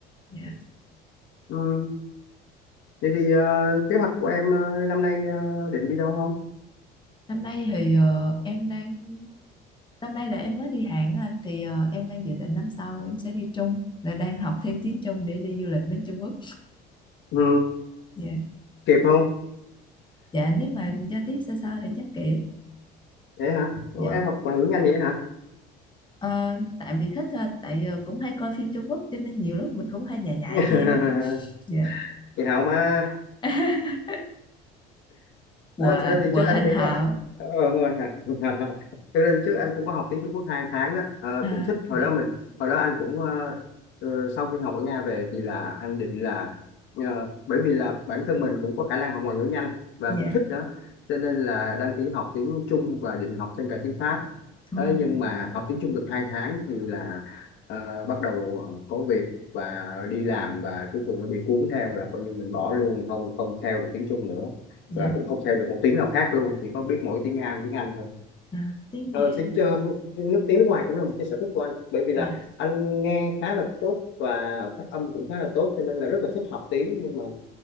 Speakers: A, on the left (about 20°); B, on the left (about 60°).
A: dạ.
B: Ừ, vậy thì ờ, kế hoạch của em ờ, năm nay ờ, định đi đâu không?
A: Năm nay thì ờ, em đang năm nay là em mới đi Hàn á anh thì ờ, em đang dự định năm sau em sẽ đi Trung là đang học thêm tiếng Trung để đi du lịch bên Trung Quốc.
B: Ừ,
A: Dạ.
B: kịp không?
A: Dạ nếu mà giao tiếp xa xa thì chắc kệ.
B: Vậy hả? Ủa,
A: Dạ.
B: em học ngoại ngữ nhanh vậy hả?
A: Ờ, tại vì thích thôi, tại ờ, cũng hay coi phim Trung Quốc cho nên nhiều lúc mình cũng hay nhại nhại
B: <laughs>
A: theo. <laughs> Dạ.
B: Chị Hảo mà.
A: <laughs> Của
B: Ờ, thực ra thì
A: của
B: trước
A: hành
B: anh cũng
A: hào.
B: có ờ, quên rồi. <laughs> thực ra thì trước anh cũng có học tiếng Trung Quốc 2 tháng đó Ờ,
A: À
B: cũng thích hồi
A: dạ.
B: đó mình hồi đó anh cũng ờ, ờ, sau khi học ở Nga về thì là anh định là ờ, bởi vì là bản thân mình cũng có khả năng học ngoại ngữ nhanh và
A: Dạ.
B: cũng thích nữa cho nên là đăng ký học tiếng Trung và định học thêm cả tiếng Pháp
A: Ừ,
B: Ờ, nhưng mà học tiếng Trung được 2 tháng thì là ờ, bắt đầu có việc và đi làm và cuối cùng nó bị cuốn theo là coi như mình bỏ luôn không không theo được tiếng Trung nữa
A: dạ.
B: và cũng không theo được một tiếng nào khác luôn chỉ có biết mỗi tiếng Nga và tiếng Anh thôi
A: À, tiếng
B: ờ,
A: Nga.
B: tiếng ờ, nước tiếng nước ngoài cũng là một cái sở thích của anh bởi vì là
A: Dạ.
B: anh nghe khá là tốt và phát âm cũng khá là tốt cho nên là rất là thích học tiếng nhưng mà